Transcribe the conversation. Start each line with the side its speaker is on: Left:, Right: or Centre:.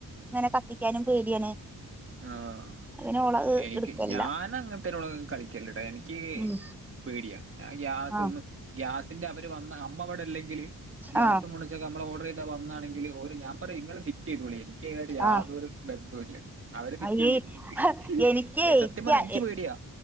Centre: ഇങ്ങനെ കത്തിക്കാനും പേടിയാണ്
Right: ആഹ്
Centre: അങ്ങനെ ഓളത്
Right: എനിക്ക്
Centre: എടുക്കല്ല
Right: ഞാൻ അങ്ങനത്തേനോട് ഒന്നും കളിക്കേലട്ടാ എനിക്ക്
Centre: ഉം
Right: പേടിയാ ഞാൻ ഗ്യാസ്
Centre: ആ
Right: ഒന്നു ഗ്യാസിന്റെ അവര് വന്ന അമ്മ ഇവിട ഇല്ലങ്കില് ഗ്യാസ്
Centre: ആ
Right: മുണച്ചക്ക നമ്മള് ഓഡറെയ്താ വന്നാണെങ്കില് ഓര് ഞാൻ പറയും നിങ്ങള് ഫിറ്റ് ചെയ്തോളി എനിക്കിയ്നായിട്ട് യാതൊരു
Centre: ആ
Right: ബന്ധോം ഇല്ല അവര് ഫിറ്റ്
Centre: അയ്യേ
Right: ചെയ്തിരുന്ന്
Centre: ഹ എനിക്കേ
Right: ഏഹ് സത്യം പറഞ്ഞാ
Centre: ക്യ
Right: എനിക്ക്
Centre: എ
Right: പേടിയാ